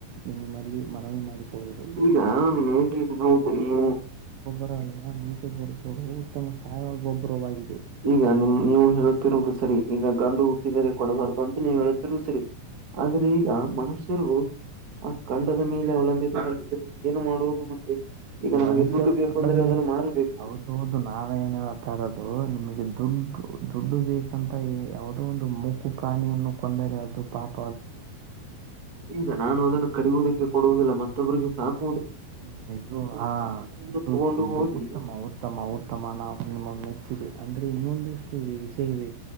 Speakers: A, on the right; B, on the right.
A: ನಿಮ್ಮಲ್ಲಿ ಮನವಿ ಮಾಡಿಕ ನೀ
B: ಈಗ ನೇಕಿಗೆ ಹೌದು
A: ಗೊ
B: ನೀವು
A: ಅಂದ್ರೆ ನೀ ಗೊಬ್ಬರ ಅಲ್ವಾ ನೀಟಡ ಬಹ ಉತ್ತಮ ಸಾವಯವ ಗೊಬ್ಬರವಾಗಿದೆ.
B: ಈಗ ನಿಮ ನೀವು ಹೇಳ ಸರಿ ಈಗ ಗಂಡು ಹುಟ್ಟಿದರೆ ಕೊಡಬಾರು ಅಂತ ನೀವು ಹೇುತ್ತಿರುವುದು ಸರಿ ಆದ್ರೆ ಈಗ ಮನುಷ್ಯರು ಆ ಖಂಡದ ಮೇಲೆ ಅವಲಂಬಿತವಾಗಿದ್ದರೆ ಏನು ಮಾಡುವುದು ಮತ್ತೆ. ಈಗ ನಮಗೆ
A: ಮನುಷ್ಯರು
B: ದುಡ್ಡು ಬೇಕು
A: ಕಂಡ
B: ಅಂದ್ರೆ
A: <unintelligible>
B: ಅದನ್ನು ಮಾರಬೇಕು
A: ಹೌದು ಹೌದು ನಾನ ಏನ ತರದು ನಿಮ್ಗೆ ದುಡ್ ದುಡ್ಡು ಬೇಕಂತ ಯಾವುದೋ ಒಂದು ಮೂಕು ಪ್ರಾಣಿಯನ್ನು ಕೊಂದ್ ದರೆ ಅದು ಪಾಪ.
B: ಈಗ ನಾನು ಅದನ್ನು ಕುಡಿಯುವುದಕ್ಕೆ ಕೊಡುವುದಿಲ್ಲ ಮತ್ತೊಬ್ರರಿಗೆ ಸಾ- -
A: ಹ್ಮ ಇದು ಹಾ ಇದುದು
B: ತಗೊಂಡು ಹೋಗಿ
A: ಉತ್ತಮ ಉತ್ತಮ ಉತ್ತಮ ನಾವು ನಿಮ್ಮೊಮ್ಮೆಚ್ಚಿ ದೆ ಅಂದ್ರೆ ಇನ್ನೊಂದಷ್ಟು ವಿಷಯವೇ